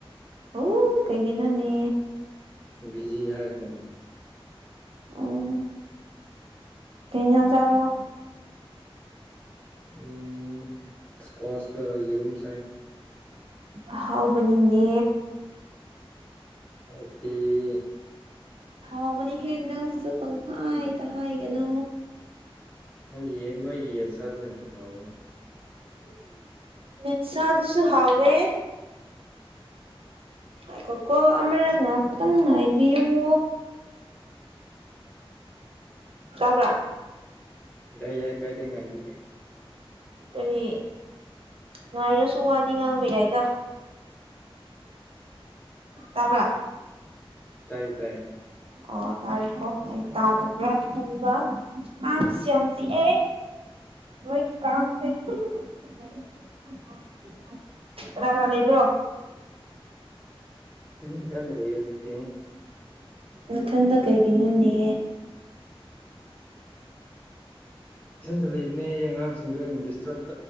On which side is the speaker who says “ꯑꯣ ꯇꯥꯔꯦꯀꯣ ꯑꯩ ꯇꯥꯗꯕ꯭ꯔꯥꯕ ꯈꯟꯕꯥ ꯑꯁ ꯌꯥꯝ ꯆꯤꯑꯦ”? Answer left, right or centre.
Right